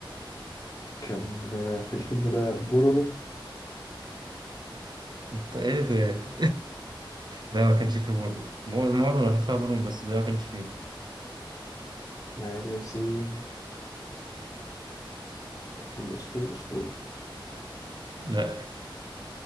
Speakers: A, on the left (about 40°); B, on the right (about 55°).
A: كان آه في الفيلم ده بورورو
B: انت ايه ده <laughs> لا ما كانش فيه بورنو مو- معظم اللي فيها بورنو بس ده ما كانش فيه
A: اسماعيل ياسين في الاسطول اسطول
B: لا